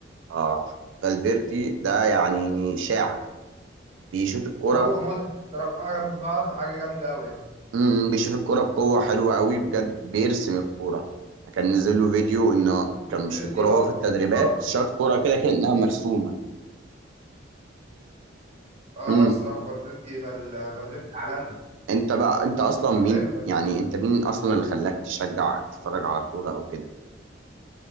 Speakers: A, on the right; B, on the right.
A: اه فالفيردي ده يعني شاعر بيشوط الكرة
B: هو مودريتش صراحة جنب بعض حاجة جامدة أوي يعني
A: امم بيشوط الكوره بقوه حلوه قوي بجد بيرسم الكوره كان نزل له فيديو انه
B: فالفيردي
A: كان بيشوط الكوره
B: اه
A: وهو في التدريبات
B: اه
A: شاط كوره كده كانها مرسومه
B: اه
A: امم
B: اه الصراحة فالفيردي فال... فالفيردي عالمي
A: انت بقى انت اصلا مين
B: فاهم فالفيردي
A: يعني انت مين اصلا اللي خلاك تشجع تتفرج على كوره او كده